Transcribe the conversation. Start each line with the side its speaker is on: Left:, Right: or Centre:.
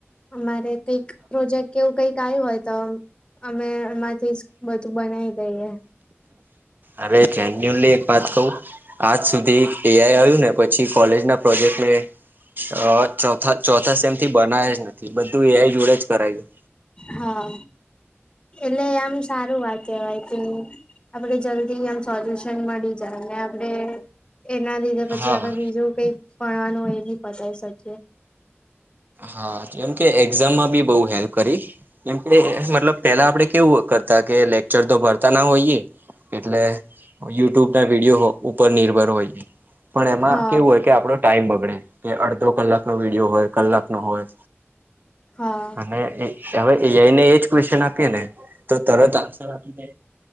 Left: અમારે કઈક પ્રોજેક્ટ કેવું કંઈક આયું હોય. તો અમે એમાંથી જ બધું બનાવી જઈએ
Right: અરે જેન્યુનલી એક વાત કવુ આજ સુધી એઆઈ આયું ને પછી કોલેજના પ્રોજેક્ટને અ ચોથા ચોથા સેમથી બનાવે જ નથી બધું એ જોડે જ કરાયું.
Left: હા એટલે આમ સારું વાત કેવાય કે આપડે જલ્દી આમ સોલ્યુશન મળી જાય ને આપડે. એના લીધે પછી
Right: હા
Left: આપડે બીજું કઈ ફાળાનું હોય બી પસાય સખિએ.
Right: હા જેમકે એક્ઝામમાં બી બહુ હેલ્પ કરી કેમકે મતલબ પેલા આપડે કેવું કરતા કે લેક્ચર તો ભરતા ના હોઈએ એટલે યુટ્યુબ ના વિડીયો ઉપર નિર્ભર હોઈએ. પણ એમાં
Left: હા
Right: કેવું હોય કે આપડો ટાઈમ બગડે કે અડધો કલાકનો વિડીયો હોય. કલાક નો હોય.
Left: હા
Right: અને એ. હવે એઆઈને એ જ ક્વેશ્ચન આપીએે ને તો તરત આન્સર દે ને